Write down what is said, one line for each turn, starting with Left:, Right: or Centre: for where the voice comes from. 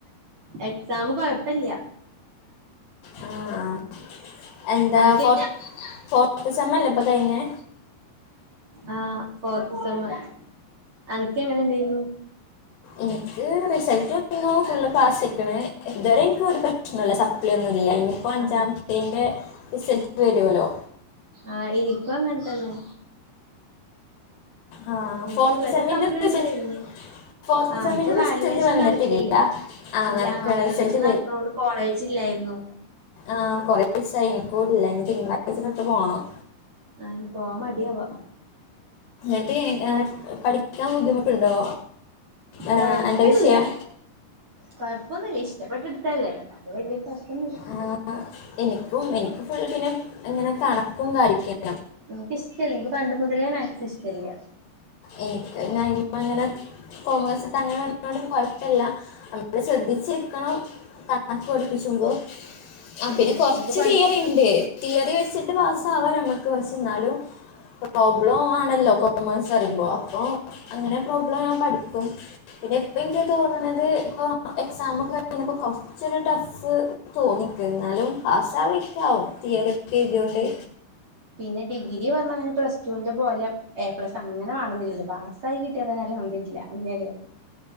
Right: എക്സാം കൊഴപ്പില്ല
Left: ഉം ആഹ്. എന്താ
Right: അനക്ക്
Left: ഫോർ ഫോർത് സമ്മല്ല ഇപ്പൊ കഴിഞ്ഞേ.
Right: ആഹ് ഫോർത്ത് സമ്മ് അനക്ക് എങ്ങനെ ഇന്ടെയ്നു.
Left: ഇൻക്ക് റിസൾട്ട് <inaudible> ഫുൾ പാസ്ക്കണ് ഇതുവരെ ഇനിക്ക് ഒരു. പ്രശനല്ല സപ്ലി ഒന്നുംല്ല ഇനിപ്പോ അഞ്ചാന്ദിന്റെ
Right: ആ
Left: റിസൾട്ട് വരുല്ലോ.
Right: ആഹ് ഇന്ക്കും അങ്ങനെതന്നെ.
Left: ആ
Right: ഇന്ക്ക്
Left: ഫോർത്ത്
Right: ഇത് വരെ
Left: സെമ്മിന്റെ
Right: സപ്പ്ളൊന്നുംല്ല
Left: റിസൾട്ട്
Right: ഇഞ്.
Left: ഫോർത്ത്
Right: ആഹ്
Left: സെമ്മിന്റെ
Right: ഇപ്പൊ വേല്വേഷം
Left: റിസൾട്ട് വന്നിട്ടില്ല
Right: നടക്കല്ലേ
Left: ആ
Right: ഇല്ലാ
Left: നടക്കണ
Right: വേല്വേഷം
Left: റിസൾട്ട്
Right: നട് നോട്‌ കോളേജ് ഇല്ലായിരുന്നു.
Left: ആഹ് കൊറേ ദിസായി ഇൻകൂല്ല ഇനി തിങ്കളാഴ്ച തൊട്ട് പോണം.
Right: ആഹ് പോം മടിയവാ.
Left: ന്നിട്ട് <unintelligible> പഠിക്കാൻ ബുദ്ധിമുട്ടുണ്ടോ. ആ,
Right: കൊയപ്പല്യാ.
Left: എൻ്റെ വിഷയം
Right: കൊഴപ്പൊന്നുല്ല ഇഷ്ടപ്പെട്ടെട്ത്തല്ലേ അപ്പൊ പിന്നെ കൊയപ്പോന്നുള്ള.
Left: ആഹ് ആഹ് എനിക്കും എനിക്ക് ഫുൾ പിന്നെ ഇങ്ങനെ കണക്കും കാര്യക്കാ.
Right: ഇന്ക് ഇഷ്റ്റല്ല ഇന്ക് പണ്ട് മുതലേ മാക്സ് ഇഷ്റ്റല്ല.
Left: ഇനിക്ക് <unintelligible> ങ്ങനെ. കോമേഴ്സിത് അങ്ങനെ ഒന്ന കൊഴപ്പില്ല നമ്മള് ശ്രദ്ധിച്ചിരിക്കണം. <unintelligible> ആഹ്
Right: ഉം
Left: പിന്നെ കൊറച്ച്
Right: എനിക്ക് പണ്ട്
Left: തിയറി ഇണ്ട് തിയേറി വെച്ചിട്ട് പാസ ആവാ നമ്മക്ക് കുറച്ച്ന്നാലും പ്രോബ്ലം ആണല്ലോ കൊ മാസ്സ അറിമ്പോ അപ്പൊ. അങ്ങനെ പ്രോബ്ലം ഞാൻ പഠിക്കും പിന്നെ ഇപ്പനിക്ക് തോന്നുന്നത് ഇപ്പം. എക്സാമൊക്ക കഴിഞ്ഞപ്പോ കുറചൊരു ടഫ്. തോന്നിൻക് ന്നാലും പാസ്സാവെയ്കാവും തിയറി. ഒക്കെ എഴുതിയോണ്ട്
Right: ഉം പിന്നെ ഡിഗ്രി പറഞ്ഞ അങ്ങനെ പ്ലസ്ടുന്റെ പോലെ. എ പ്ലസ് അങ്ങനെ വേണന്നില്ലല്ല പാസ്സായി കിട്ടിയാതന്നെ അൽഹമ്ദുരുല്ല അങ്ങെയല്ലേ.